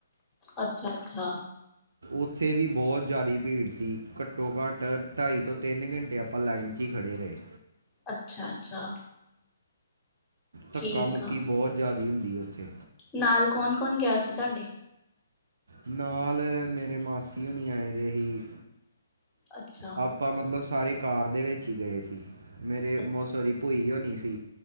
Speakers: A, on the left; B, on the right.
A: ਅੱਛਾ-ਅੱਛਾ।
B: ਉੱਥੇ ਵੀ ਬਹੁਤ ਜ਼ਿਆਦਾ ਭੀੜ ਸੀ। ਘੱਟੋ- ਘੱਟ ਢਾਈ ਤੋਂ ਤਿੰਨ ਘੰਟੇ ਆਪਾਂ ਲਾਈਨ ਚ ਹੀ ਖੜ੍ਹੇ ਖੜੇ ਰਹੇ।
A: ਅੱਛਾ-ਅੱਛਾ। ਠੀਕ
B: ਧੱਕਾ- ਮੁੱਕੀ
A: ਆ।
B: ਬਹੁਤ ਜ਼ਿਆਦਾ ਹੁੰਦੀ। ਉੱਥੇ
A: ਨਾਲ ਕੌਣ-ਕੌਣ ਗਿਆ ਸੀ ਤੁਹਾਡੇ?
B: ਨਾਲ, ਮੇਰੇ ਮਾਸੀ ਹੋਣੀ ਆਏ ਦੇ ਸੀ।
A: ਅੱਛਾ,
B: ਆਪਾਂ ਮਤਲਬ ਸਾਰੇ ਕਾਰ ਦੇ ਵਿੱਚ ਹੀ ਗਏ ਸੀ। ਮੇਰੇ
A: ਅੱਛਾ,
B: ਮਸੋ ਦੀ ਭੁਈ ਹੋਨੀ ਸੀ।